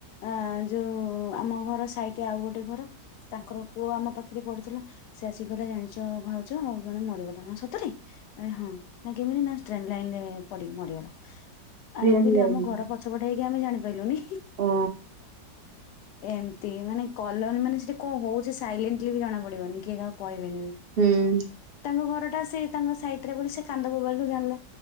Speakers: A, on the left (about 70°); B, on the right (about 70°).
A: ଆ ଯୋଉ ଆମ ଘର ସାଇଟ ଆଉ ଗୋଟେ ଘର ତାଙ୍କର ପୁଅ ଆମ ପାଖରେ ପଢୁଥିଲା ସେ ଆସିିକି କହିଲା ଜାଣିଚ ଭାଉଜ ଜଣେ ମରିଗଲା ନା ସତରେ। ଆରେ ହଁ ନା କେମିତି ଟ୍ରେନଲାଇନ ରେ ପଡିକି ମରିଗଲା।
B: ଟ୍ରେନ
A: ଆରେ ମୁଁ କହିଲି
B: ଲାଇନ
A: ଆମ ଘର ପଛପଟେ ଆମେ ଜାଣିପାରିଲୁନି।
B: ଓ।
A: ଏମତି ମାନେ କଲନ ମାନେ ସେଠି କଣ ହଉଛି ସାଇଲେଣ୍ଟଲି ବି ଜଣା ପଡିବନି କିଏ କାହାକୁ କହିବ
B: ହୁଁ
A: ତାଙ୍କ ଘର <unintelligible> ତାଙ୍କ ସାଇଟର ବୋଲି ସେ କାନ୍ଦ ବୋବାଳିରୁ ଜାଣିଲା